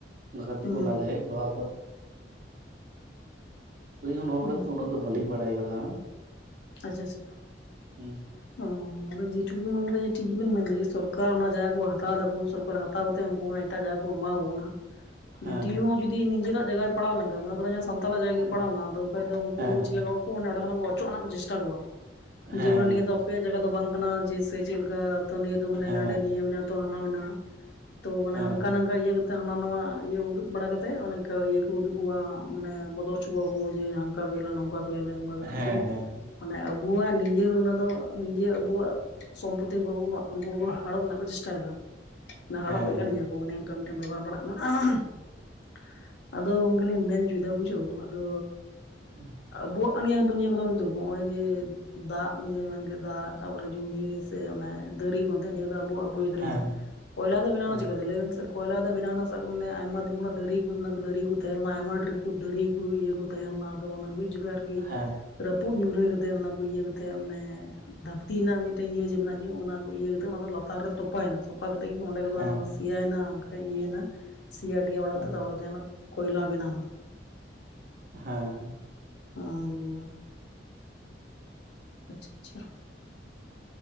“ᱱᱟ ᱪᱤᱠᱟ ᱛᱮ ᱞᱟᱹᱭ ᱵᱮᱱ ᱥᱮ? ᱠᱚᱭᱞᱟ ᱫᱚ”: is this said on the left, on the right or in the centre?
Left